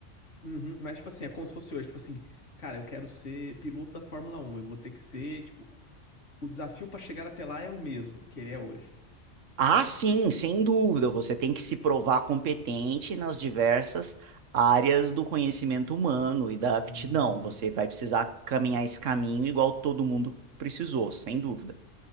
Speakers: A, on the left; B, on the right.
A: Uhum. Mas, tipo assim, é como se fosse hoje. Tipo assim, cara, eu quero ser piloto da Fórmula Um. Eu vou ter que ser, tipo, o desafio pra chegar até lá é o mesmo que ele é hoje.
B: Ah, sim, sem dúvida. Você tem que se provar competente nas diversas áreas do conhecimento humano e da aptidão.
A: Hum.
B: Você vai precisar caminhar esse caminho igual todo mundo precisou, sem dúvida.